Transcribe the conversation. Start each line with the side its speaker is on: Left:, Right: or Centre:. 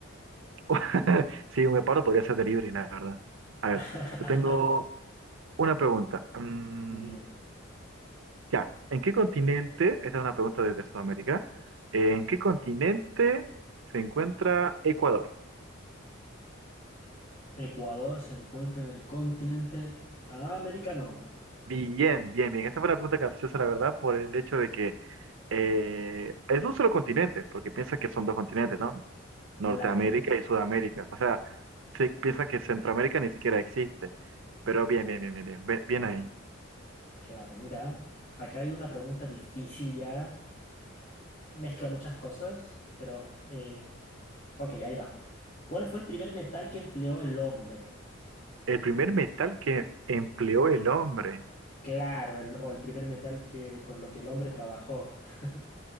Right: <laughs> Sí, un guepardo podría ser delivery, la verdad. A ver,
Left: <laughs>
Right: te tengo una pregunta. Mm,
Left: Dime,
Right: ya, ¿en qué continente, esta es una pregunta desde Sudamérica, ¿en qué continente se encuentra Ecuador?
Left: ¿Ecuador se encuentra en el continente americano?
Right: Bien, bien, bien. Esa fue una pregunta capciosa, la verdad, por el hecho de que eh, es un solo continente, porque piensa que son dos continentes, ¿no? Norteamérica
Left: Claro,
Right: y Sudamérica. O sea, sí piensan que Centroamérica ni siquiera existe. Pero bien, bien, bien, bien, bien, Ve- bien ahí.
Left: claro. Mira, acá hay una pregunta difícil ya, mezcla muchas cosas, pero eh, ok, ahí va. ¿Cuál fue el primer metal que empleó el hombre?
Right: El primer metal que empleó el hombre.
Left: Claro, el- o el primer metal que, con lo que el hombre trabajó. <laughs>